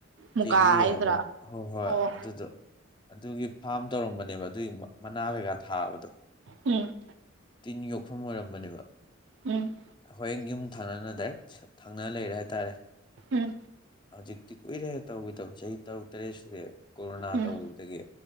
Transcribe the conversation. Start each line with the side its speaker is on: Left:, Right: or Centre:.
Right: ꯃꯨꯀꯥ
Left: ꯀꯦꯒꯤ
Right: ꯍꯥꯏꯗ꯭ꯔꯥ
Left: ꯍꯥꯏꯕ꯭ꯔꯥ ꯍꯣꯏ ꯍꯣꯏ
Right: ꯑꯣ
Left: ꯑꯗꯨꯗꯣ ꯑꯗꯨꯒꯤ ꯐꯥꯝ ꯇꯧꯔꯝꯕꯅꯦꯕ ꯑꯗꯨꯒꯤ ꯃ ꯃꯅꯥ ꯀꯩꯀꯥ ꯊꯥꯕꯗꯣ
Right: ꯎꯝ
Left: ꯇꯤꯟ ꯌꯣꯛꯐꯝ ꯑꯣꯏꯔꯝꯕꯅꯦꯕ
Right: ꯎꯝ
Left: ꯑꯩꯈꯣꯏ ꯍꯦꯛ ꯌꯨꯝ ꯊꯪꯅꯅ ꯗꯥꯏꯔꯦꯛ ꯊꯪꯅ ꯂꯩꯔꯦ ꯍꯥꯏꯇꯥꯔꯦ
Right: ꯎꯝ
Left: ꯍꯧꯖꯤꯛꯇꯤ ꯀꯨꯏꯔꯦꯍꯦ ꯇꯧꯒꯤꯗꯕ ꯆꯍꯤ ꯇꯔꯨꯛ ꯇꯔꯦꯠꯁꯤꯗꯤ ꯀꯣꯔꯣꯅꯥ
Right: ꯎꯝ
Left: ꯇꯧꯒꯤꯕꯗꯒꯤ